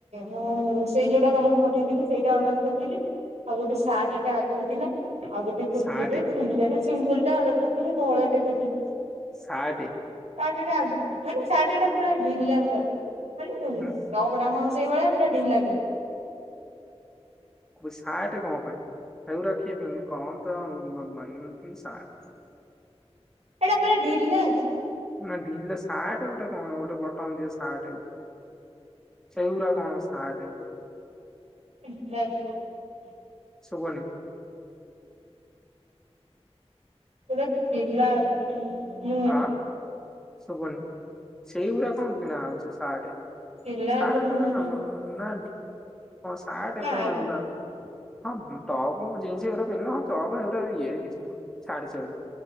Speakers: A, on the right; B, in the centre.
A: ମୁଁ ସେଇ ଯୋଉଟା ତୋମକୁ ପଠେଇଥିଲି ସେଇଟା ଅର୍ଡର କରିଥିଲି। ଆଉ ଗୋଟେ ସାର୍ଟଟା ଆଗରୁ ଥିଲା। ଆଉ ଗୋଟେ କୁର୍ତ୍ତୀ
B: ସାର୍ଟ
A: ଟା ସେମତିଆଟା ସିମ୍ପୁଲ ଟା ଅର୍ଡର କରି ହେଲେ ଧଳା ହେ ଗଲି।
B: ସାଟେ
A: ସାର୍ଟ ଟା ଆଉ ମାନେ ସାର୍ଟ ଟା ପୁରା ଢିଲା ସାର୍ଟ। ଟପ୍
B: ହୁଁ
A: ଟା ମୋ ସେଇଭଳିଆ ପୁରା <unintelligible>
B: ସାଟ କଣ ପାଇଁ <unintelligible> କଣ ତ <unintelligible> ସାଟ
A: ସେଇଟା ପୁରା ଢିଲା ଅଛି।
B: ନା, ଢିଲା ସାର୍ଟ ଗୋଟେ କଣ, ଗୋଟେ ବଟମ ଦିଆ ସାର୍ଟ <unintelligible> କଣ ସାର୍ଟ
A: <inaudible>
B: ସୁବୁନି
A: <unintelligible> ଥିଲା ହୁଁ
B: ଆଁ ଶୁଭୁନି ସେଇଗୁଡା କଣ କିଣା ହଉଛି ସାର୍ଟ
A: ଥିଲା
B: ଶାର୍ଟ
A: ଆଗରୁ ନୂଆଟେ।
B: ରେ କାମ ନା ସାଟେ
A: ନା
B: କଣ ଏଉରା ହଁ ଟପ୍ ଜିନ୍ସ ଏଗୁଡା ପିନ୍ଧିଲ ହଁ ଟପ୍ ଏଗୁଡା ଇଏ କିଛି ନୁହଁ ଛାଡ ସେଗୁଡା